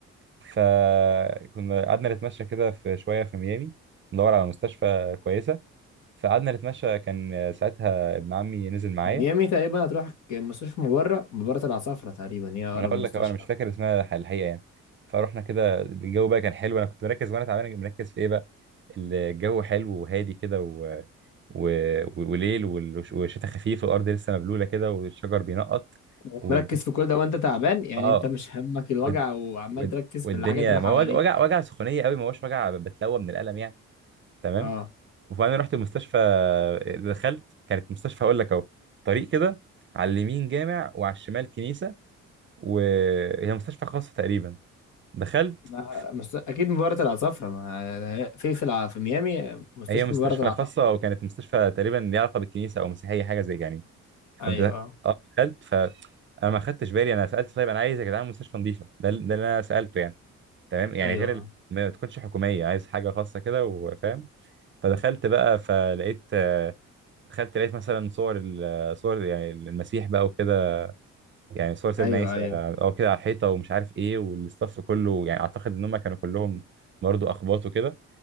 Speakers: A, on the right (about 40°); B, on the left (about 70°).
A: فكنا قعدنا نتمشى كده في شويه في ميامي ندور على مستشفى كويسه فقعدنا نتمشى كان ساعتها ابن عمي نزل معايا
B: ميامي تقريبا هتروح مستشفى مبرة مبرة العصافرة تقريبا هي اقرب
A: ما انا اقول
B: مستشفى
A: لك أهو، انا مش فاكر اسمها الح- الحقيقه يعني فروحنا كده الجو بقى كان حلو انا كنت مركز وانا تعبان مركز في ايه بقى الجو حلو وهادي كده و... و... وليل وال- والشتاء خفيف والارض لسه مبلوله كده والشجر بينقط
B: ومركز
A: والدنيا
B: في كل ده وانت تعبان يعني
A: اه
B: انت مش همك الوجع
A: والد...
B: وعمال
A: والد...
B: تركز
A: والدنيا
B: في الحاجات اللي حواليك
A: ما هو وجع وجع وجع سخونيه قوي ما هوش وجع بتلوى من الالم يعني تمام
B: اه
A: وبعدين رحت المستشفى دخلت كانت مستشفى اقول لك اهو طريق كده على اليمين جامع وعلى الشمال كنيسه وهي مستشفى خاصه تقريبا دخلت
B: ما
A: ف-
B: مست... اكيد مباراة العصافرة ما... في في الع... في ميامي مستشفى
A: هي مستشفى
B: مباراة العصافرة
A: خاصة وكانت مستشفى تقريبا ليها علاقة بالكنيسة أو مسيحية حاجة زي يعني
B: ايوه
A: كنت دخ-
B: اه
A: اه دخلت فأنا ما خدتش بالي أنا سألت طيب أنا عايز يا جدعان مستشفى نظيفة ده ال- ده اللي أنا سألته يعني تمام يعني
B: ايوه
A: غير
B: آه.
A: ال... ما تكونش حكومية عايز حاجة خاصة كده وفاهم فدخلت بقى فلقيت آه، دخلت لقيت مثلا صور ال- صور يعني المسيح بقى وكده يعني صور سيدنا
B: ايوه
A: عيسى
B: ايوه
A: او كده على الحيطة ومش عارف ايه والاستاف كله يعني اعتقد ان هم كانوا كلهم برضه اخباط وكده